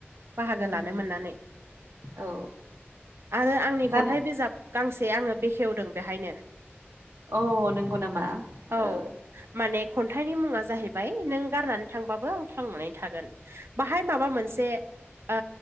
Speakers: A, on the right; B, on the right.
A: बाहागो लानो
B: उम
A: मोननानै
B: औ
A: आरो आंनि
B: दा
A: खन्थाइ बिजाब गांसे आङो बेखेवदों बेहायनो
B: औ नंगौ नामा
A: औ
B: ओ
A: माने खन्थाइनि मुङा जाहैबाय नों गारनानै थांबाबो आं थांनानै थागोन बाहाय माबा मोनसे ओ